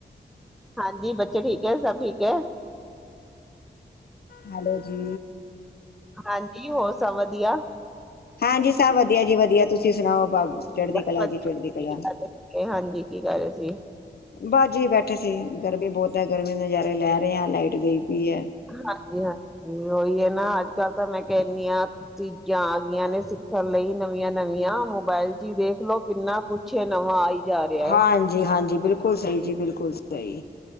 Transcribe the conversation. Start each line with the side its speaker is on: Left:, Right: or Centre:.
Centre: ਹਾਂਜੀ ਬੱਚੇ ਠੀਕ ਹੈ ਸਭ ਠੀਕ ਹੈ
Left: ਹੈਲੋ ਜੀ
Centre: ਹਾਂਜੀ ਹੋਰ ਸਭ ਵਧੀਆ
Left: ਹਾਂਜੀ ਸਭ ਵਧੀਆ ਜੀ ਵਧੀਆ ਤੁਸੀਂ ਤੁਸੀਂ ਸੁਣਾਓ ਬ ਚੜਦੀ
Centre: ਬਸ
Left: ਕਲਾ
Centre: ਵਧੀਆ
Left: ਜੀ ਚੜ੍ਹਦੀ ਕਲਾ
Centre: ਕੀ ਕਰ ਰਹੇ ਸੀ ਹਾਂਜੀ ਕੀ ਕਰ ਰਹੇ ਸੀ
Left: ਬਾਜੀ ਬੈਠੇ ਸੀ ਗਰਮੀ ਬਹੁਤ ਹੈ ਗਰਮੀ ਨਜ਼ਾਰੇ ਲੈ ਰਹੇ ਆ ਲਾਈਟ ਗਈ ਪਈ ਹੈ
Centre: ਹਾਂਜੀ ਹਾਂਜੀ ਉਹੀ ਹੈ ਨਾ ਅੱਜ ਕੱਲ੍ਹ ਤਾਂ ਮੈਂ ਕੈਦੀ ਹਾਂ ਚੀਜ਼ਾਂ ਆ ਗਈਆਂ ਨੇ ਸਿੱਖਣ ਲਈ ਨਵੀਆਂ ਨਵੀਆਂ ਮੋਬਾਇਲ ਚ ਹੀ ਦੇਖਲੋ ਕਿੰਨਾ ਕੁਛ ਹੈ ਨਵਾਂ ਆਈ ਜਾ ਰਿਹਾ ਹੈ
Left: ਹਾਂਜੀ ਹਾਂਜੀ ਬਿਲਕੁਲ ਸਹੀ ਜੀ ਬਿਲਕੁਲ ਸਹੀ